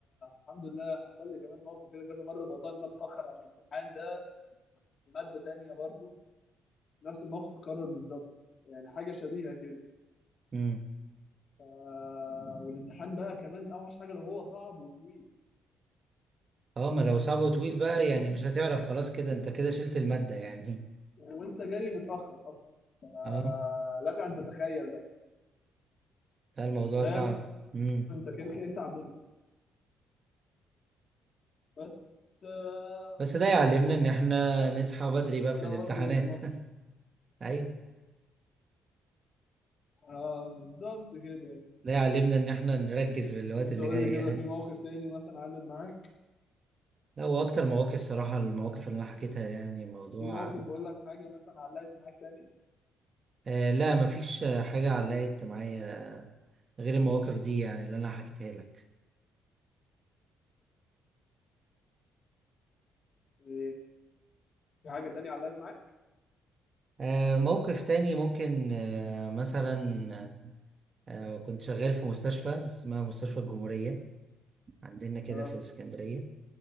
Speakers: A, on the left; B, on the right.
A: الحمد لله حصل لي كمان موقف كده كذا مره موضوع ان انا بتاخر على الامتحان ده مادة تانية برضو نفس الموقف اتكرر بالظبط يعني حاجة شبيهة كده
B: امم
A: ف... والامتحان بقى كمان اوحش حاجة لو هو صعب وطويل
B: اه ما لو صعب وطويل بقى
A: فاهم
B: يعني مش هتعرف خلاص كده انت كده شلت المادة يعني
A: وانت جاي متأخر اصلا ف...
B: اه
A: لك ان تتخيل بقى
B: لا
A: فانت
B: الموضوع
A: فاهم
B: صعب امم
A: انت كانك انت على الدنيا بس آه...
B: بس ده يعلمنا ان احنا
A: آه،
B: نصحى بدري
A: يعني
B: بقى في
A: ده
B: الامتحانات
A: برضو من الموقف
B: <laughs> ايوه
A: اه بالظبط كده
B: ده يعلمنا ان احنا نركز في الوقت
A: انت
B: اللي
A: قول
B: جاي
A: لي كده
B: يعني
A: في موقف تاني مثلا علم معاك
B: لا واكتر مواقف صراحة المواقف اللي انا حكيتها يعني الموضوع
A: في موقف بقول لك حاجة مثلا علقت معاك تاني
B: آه لا مفيش آه، حاجة علقت معايا غير المواقف دي يعني اللي انا حكيتها لك
A: ايه في حاجة تانية علقت معاك
B: آه، موقف تاني ممكن آه، مثلا آه، كنت شغال في مستشفى اسمها مستشفى الجمهورية عندنا كده
A: اه
B: في اسكندرية